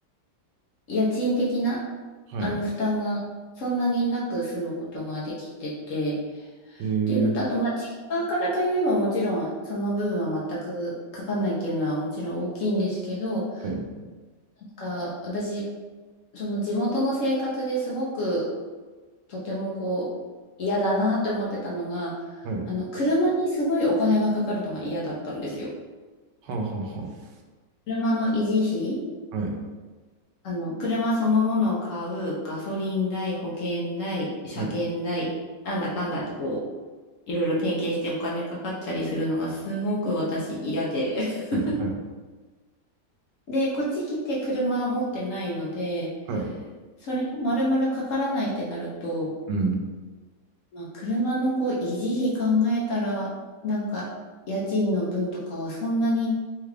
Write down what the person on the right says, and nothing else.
はい。
へえ、
はい。
はい。
はあ、はあ、は
あ。はい。
はい。
はい。はい。
はい。
うん。